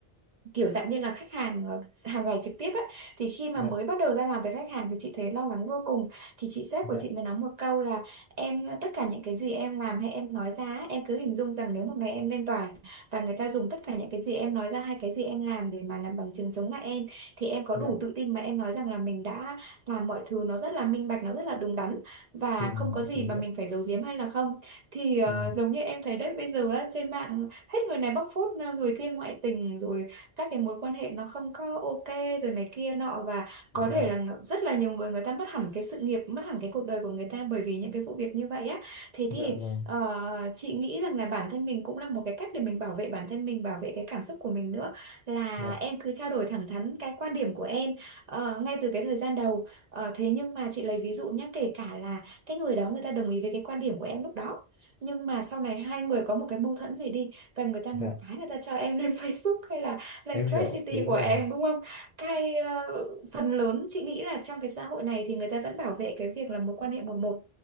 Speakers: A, on the right; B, on the left.
A: kiểu dạng như là khách hàng ờ, hàng ngày trực tiếp ấy thì khi mà
B: dạ,
A: mới bắt đầu ra làm với khách hàng thì chị thấy lo lắng vô cùng thì chị sếp
B: dạ,
A: của chị mới nói một câu là em ờ, tất cả những cái gì em làm hay em nói ra ấy, em cứ hình dung rằng nếu một ngày em lên tòa và người ta dùng tất cả những cái gì em nói ra hay cái gì em làm để mà làm bằng chứng chống lại em thì em có
B: dạ.
A: đủ tự tin mà em nói rằng là mình đã làm mọi thứ nó rất là minh bạch nó rất là đúng đắn và
B: Ừ,
A: không có gì
B: đúng
A: mà
B: rồi.
A: mình phải giấu giếm hay là không thì ờ,
B: Ừ,
A: giống như em thấy đấy bây giờ á, trên mạng hết người này bóc phốt ờ, người kia ngoại tình rồi các cái mối quan hệ nó không có ok rồi này kia nọ và
B: dạ,
A: có thể là ng- rất là nhiều người người ta mất hẳn cái sự nghiệp mất hẳn cái cuộc đời của người ta bởi vì những cái vụ việc như vậy á thế
B: dạ
A: thì
B: vâng.
A: ờ, chị nghĩ rằng là bản thân mình cũng là một cái cách để mình bảo vệ bản thân mình bảo vệ cái cảm xúc của mình nữa là
B: Dạ,
A: em cứ trao đổi thẳng thắn cái quan điểm của em ờ, ngay từ cái thời gian đầu Ờ, thế nhưng mà chị lấy ví dụ nhé kể cả là cái người đó người ta đồng ý với cái quan điểm của em lúc đó nhưng mà sau này hai người có một cái mâu thuẫn gì đi và người ta
B: dạ.
A: một cái người ta cho em lên <laughs> Facebook hay là lên
B: Em
A: Thread
B: hiểu,
A: City
B: đúng
A: của
B: rồi.
A: em đúng không? Cái ờ, phần lớn chị nghĩ là trong cái xã hội này thì người ta vẫn bảo vệ cái việc là mối quan hệ một một.